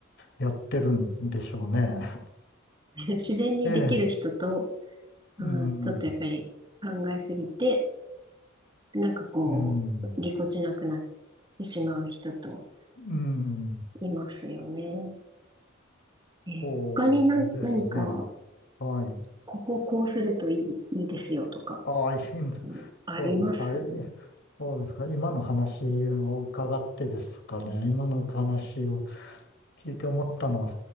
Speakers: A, on the left; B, on the right.
A: え、やってるんでしょうね。
B: 自然にできる人と、
A: <laughs> ええ、
B: まあー、
A: うん、
B: ちょっとやっぱり考えすぎて、なんかこう、
A: うん。
B: ぎこちなくなってしまう人と
A: うん、
B: いますよね。えー他に何、
A: そうですね。
B: 何か、
A: はい。
B: こここうするといい、いいですよとか、
A: ああ、今、
B: うんあります
A: そうですか。いそうですか。今の話を伺ってですかね。今の話を聞いて思ったのは、